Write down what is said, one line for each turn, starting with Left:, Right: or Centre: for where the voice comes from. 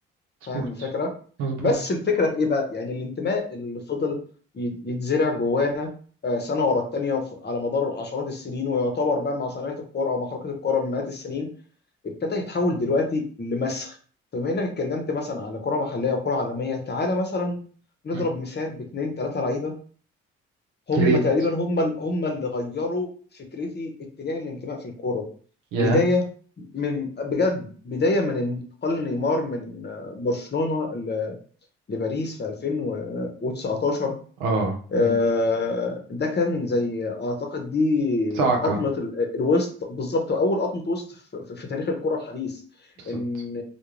Right: مظبوط
Left: فاهم الفكره
Right: مظبوط
Left: بس الفكره في ايه بقى يعني الانتماء اللي فضل ي- يتزرع جوانا آه، سنه ورا التانيه وف- على مدار عشرات السنين ويعتبر بقى مع صناعه الكوره او مع حركه الكوره من مئات السنين ابتدى يتحول دلوقتي لمسخ فبما انك اتكلمت مثلا على كره محليه وكره عالميه تعالى مثلا نضرب
Right: مم.
Left: مثال باتنين تلاته لعيبه هم
Right: يا ريت
Left: تقريبا هم ال- هم اللي غيروا فكرتي اتجاه الانتماء في الكوره
Right: يا
Left: بدايه من بجد بدايه من انتقال نيمار من آه، برشلونه ل- لباريس في 2019
Right: آه
Left: آه،
Right: مم.
Left: ده كان زي اعتقد دي
Right: صعقة
Left: قطمه ال- الوسط بالظبط اول قطمه وسط في في- في تاريخ الكره الحديث
Right: بالظبط
Left: ان